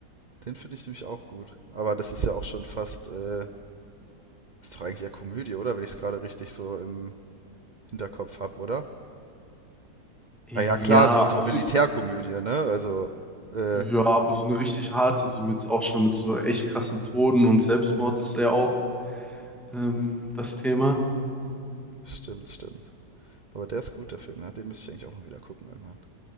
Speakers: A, on the right; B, in the centre.
A: Den finde ich nämlich auch gut. Aber das ist ja auch schon fast, äh, ist doch eigentlich eher Komödie, oder? Wenn ich es gerade richtig so im Hinterkopf habe, oder?
B: Ja,
A: Ah ja, klar, so ist
B: auf
A: so Militärkomödie,
B: jeden Fall.
A: ne? Also, äh,
B: Ja, aber so eine richtig harte, so mit auch schon mit so echt krassen Toden und Selbstmord ist da ja auch ähm, das Thema.
A: stimmt, stimmt. Aber der ist gut, der Film, ja? Den müsste ich eigentlich auch mal wieder gucken irgendwann.